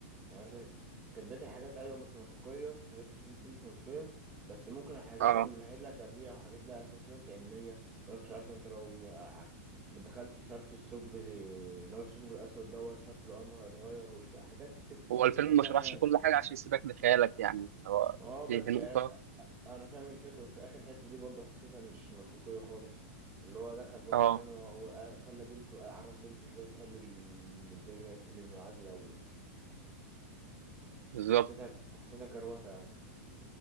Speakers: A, on the right (about 20°); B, on the right (about 85°).
A: يعني مثلا كانت بقية الحاجات أيوة مش منطقية حاجات في الفيلم كتير مش منطقية بس ممكن حاجات
B: آه
A: هو بيمهد لك قبليها أو حاجات لها أساسات علمية أنا مش عارف أنت لو ما دخلت مش عارف الثقب اللي هو الثقب الأسود دوت مش عارف العمر هيتغير وش- حاجات
B: هو
A: كنت
B: الفيلم
A: أنت فاهمها
B: ما شرحش كل حاجة عشان يسيبك لخيالك يعني هو
A: اه بس
B: دي نقطة
A: يعني انا فاهم الفكره بس اخر حته دي برضه حسيتها مش منطقيه خالص اللي هو دخل جوه
B: آه
A: مكان وهو خلى بنته عرف بنته ازاي تحل ال- الدنيا وتحل المعادله وحسيتها
B: بالظبط
A: حسيتها حسيتها كروته يعني